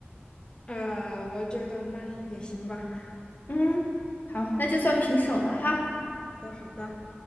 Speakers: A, on the left; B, on the left.
A: 呃，我觉得那也行吧。
B: 嗯，好，
A: <laughs> 好，
B: 那就算平手了哈。
A: 好的，好的。